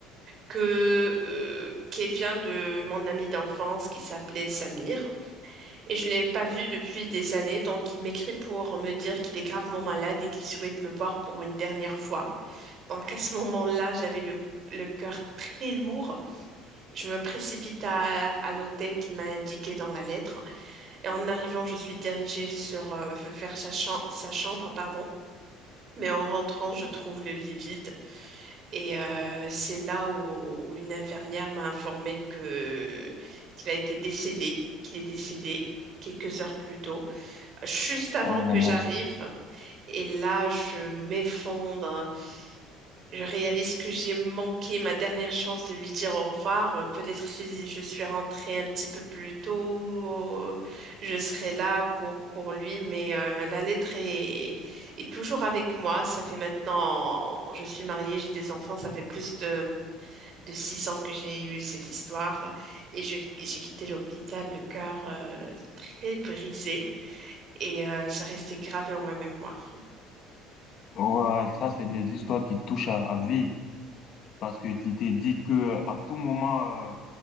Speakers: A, on the right; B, on the left.
A: que euh, qu'elle vient de mon ami d'enfance qui s'appelait Samir. Et je l'ai pas vu depuis des années, donc il m'écrit pour me dire qu'il est gravement malade et qu'il souhaite me voir pour une dernière fois. Donc à ce moment-là, j'avais le, le cœur très lourd. Je me précipite à, à l'hôtel qu'il m'a indiqué dans la lettre. Et en arrivant, je suis dirigée sur, euh, vers sa, cham- sa chambre, pardon. Mais en rentrant, je trouve le lit vide. Et euh, c'est là où, où une infirmière m'a informé que qu'il a été décédé, qu'il est décédé quelques heures plus tôt juste avant
B: Oh,
A: que j'arrive.
B: non.
A: Et là, je m'effondre. Je réalise que j'ai manqué ma dernière chance de lui dire au revoir. Euh, Peut-être si je suis rentrée un petit peu plus tôt, euh, je serai là pour, pour lui. Mais euh, la lettre est, est toujours avec moi. Ça fait maintenant, je suis mariée, j'ai des enfants. Ça fait plus de, de six ans que j'ai eu cette histoire. Et je- j'ai quitté l'hôpital, le cœur euh, très brisé et euh, ça restait gravé en ma mémoire.
B: Ouais, ça, c'est des histoires qui touchent à, à vie parce que tu t'es dit que à tout moment, euh,